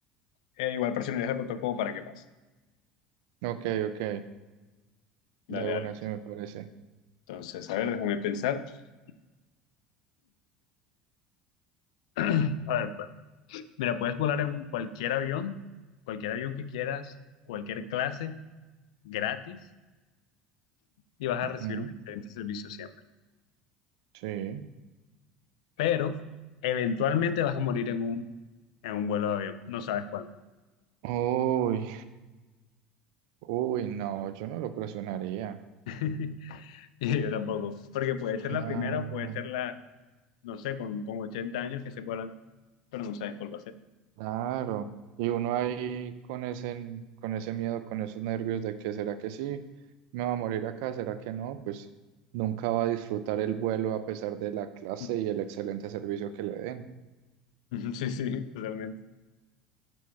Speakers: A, on the left; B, on the right.
A: eh, igual presionarías el botón como para que pase.
B: ok, ok,
A: Dale,
B: de una
A: dale.
B: sí me parece.
A: Entonces, a ver, déjame pensar. <clears throat> A ver, bueno. Mira, puedes volar en un- cualquier avión, cualquier avión que quieras, cualquier clase, gratis, y vas
B: Ujú,
A: a recibir un excelente servicio siempre.
B: Sí.
A: Pero eventualmente vas a morir en un, en un vuelo de avión, no sabes cuándo.
B: Uy, uy, no, yo no lo presionaría.
A: <laughs> Y yo tampoco, porque puede ser
B: No,
A: la primera, puede ser la, no sé, con, con 80 años que se vuelan, pero no sabes cuál va a ser.
B: claro. Y uno ahí con ese, con ese miedo, con esos nervios de que será que sí, me va a morir acá, será que no, pues nunca va a disfrutar el vuelo a pesar de la clase
A: <laughs>
B: y el excelente servicio que le den.
A: Sí, sí, totalmente.